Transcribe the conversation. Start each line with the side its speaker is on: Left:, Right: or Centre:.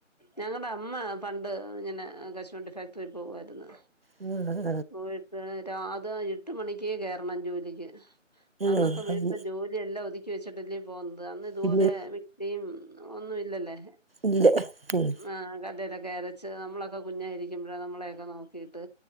Left: ഞങ്ങടെ അമ്മ പണ്ട് ഇങ്ങനെ കശുവണ്ടി ഫാക്ടറിയിൽ പോകുവായിരുന്നു
Right: ആഹ് ആഹ്
Left: പോയിട്ട് രാത എട്ട് മണിക്കേ കേറണം ജോലിക്ക് അന്നൊക്കെ
Right: ആഹ്
Left: വീട്ടിലെ
Right: അത്
Left: ജോലിയെല്ലാം ഒതുക്കി വെച്ചിട്ടല്ലേ പോകന്നുന്നത് അന്ന് ഇതുപോലെ
Right: പിന്നെ
Left: മി <unintelligible> ഒന്നും ഇല്ലല്ലേ
Right: ഇല്ലാഹ് ഉം
Left: ആഹ് <unintelligible> അരച്ച് നമ്മളൊക്കെ കുഞ്ഞായിരിക്കുമ്പെളാ നമ്മളെയൊക്കെ നോക്കിയിട്ട്